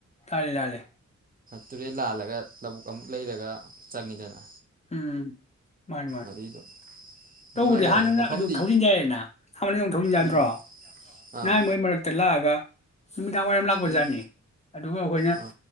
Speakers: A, on the left; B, on the right.
A: ꯂꯥꯜꯂꯤ ꯂꯜꯂꯤ
B: ꯇꯨꯔꯦꯦꯟ ꯂꯥꯜꯂꯒ ꯂꯧꯕꯨꯛ ꯑꯃꯨꯛ ꯂꯩꯔꯒ ꯆꯪꯉꯤꯗꯅ
A: ꯎꯝ ꯃꯥꯅꯤ ꯃꯥꯅꯤ
B: ꯑꯗꯨꯏꯗꯣ ꯅꯨꯡꯉꯥꯏꯕꯅꯦ
A: ꯇꯧꯕꯗꯤ ꯍꯥꯟꯅꯅ
B: ꯃꯐꯝꯗꯤ
A: ꯑꯗꯨ ꯊꯧꯖꯤꯟꯖꯏꯑꯌꯦꯅ ꯍꯥꯟꯕꯗ ꯑꯃꯛ ꯊꯧꯖꯤꯟ ꯌꯥꯗ꯭ꯔꯣ
B: ꯎꯝ ꯑꯥ
A: ꯅꯅꯥ ꯃꯣꯏ ꯃꯛꯛꯇꯂ ꯑꯒ ꯅꯨꯃꯤꯗꯥꯡ ꯋꯥꯏꯔꯝ ꯂꯥꯛꯄꯖꯥꯠꯅꯤ
B: ꯎꯝ
A: ꯑꯗꯨꯒ ꯑꯩꯈꯣꯏꯅ
B: ꯑꯥ